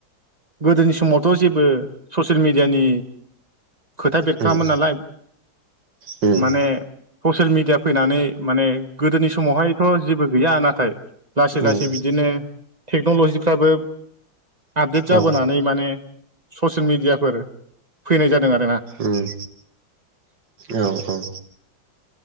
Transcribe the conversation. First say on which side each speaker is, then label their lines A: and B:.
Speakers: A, on the right; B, on the right.
A: गोदोनि समावथ' जेबो ससियेल मिडियानि खोथा बेरखाङामोन
B: उम
A: नालाय
B: उम
A: माने ससियेल मिडिया फैनानै माने गोदोनि समावहायथ' जेबो गैया नाथाय लासै लासै
B: उम
A: बिदिनो टेक्न'लजिफ्राबो आपडेट जाबोनानै
B: औ
A: माने ससियेल मिडियाफोर फैनाय जादों आरो
B: उम औ औ।